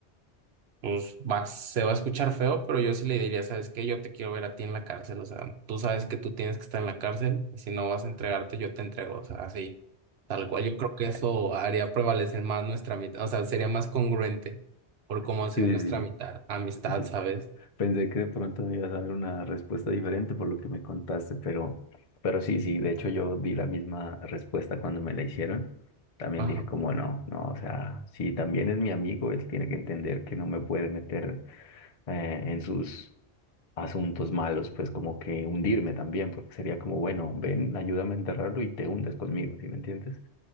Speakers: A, on the right (about 70°); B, on the left (about 40°).
A: pues va, se va a escuchar feo, pero yo sí le diría, ¿sabes qué? Yo te quiero ver a ti en la cárcel, o sea, tú sabes que tú tienes que estar en la cárcel y si no vas a entregarte, yo te entrego, o sea, así, tal cual. Yo creo que eso haría prevalecer más nuestra mitad, o sea, sería más congruente por cómo
B: Sí,
A: ha sido nuestra
B: sí,
A: mitad, amistad,
B: sí. sí.
A: ¿sabes?
B: Pensé que de pronto me ibas a dar una respuesta diferente por lo que me contaste, pero, pero sí, sí, de hecho yo di la misma respuesta cuando me la hicieron. También
A: Ajá.
B: dije como no, no, o sea, si también es mi amigo, él tiene que entender que no me puede meter eh, en sus asuntos malos, pues como que hundirme también, porque sería como, bueno, ven, ayúdame a enterrarlo y te hundes conmigo, ¿sí me entiendes?